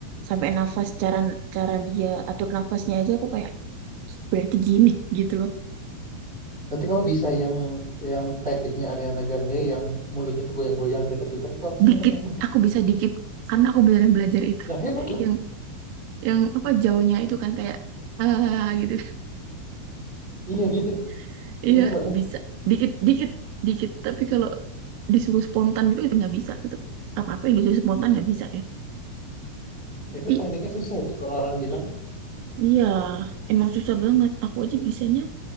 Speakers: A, on the right; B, on the right.
A: sampai nafas cara cara dia atur nafasnya aja aku kayak berarti gini gitu loh
B: Nanti kamu bisa yang yang tekniknya Ariana Grande yang mulutnya tuh goyang-goyang, getar-getar itu apa sih
A: dikit
B: nama tekniknya?
A: aku bisa dikit karena aku beneran belajar itu
B: Nah hebat lah.
A: yang yang apa jauhnya itu kan kayak ah gitu
B: Iya gitu.
A: <laughs>
B: Itu
A: iya
B: hebat lah.
A: bisa dikit dikit dikit tapi kalau disuruh spontan gitu itu nggak bisa gitu apa apa yang disuruh spontan nggak bisa ya
B: Itu
A: tapi
B: tekniknya susah itu kalau orang bilang
A: iya emang susah banget aku aja bisanya